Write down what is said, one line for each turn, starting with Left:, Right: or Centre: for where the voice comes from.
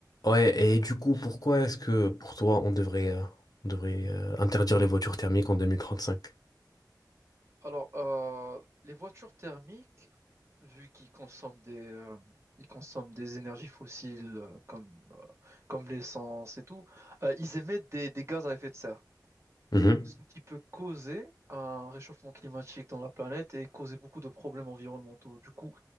Left: Ouais, et du coup, pourquoi est-ce que pour toi, on devrait, euh, on devrait euh, interdire les voitures thermiques en 2035?
Right: Alors, euh, les voitures thermiques, vu qu'ils consomment des, euh, ils consomment des énergies fossiles euh, comme, euh, comme l'essence et tout, euh, ils émettent des, des gaz à effet de serre,
Left: Mhm,
Right: ce qui peut causer un réchauffement climatique dans la planète et causer beaucoup de problèmes environnementaux. Du coup,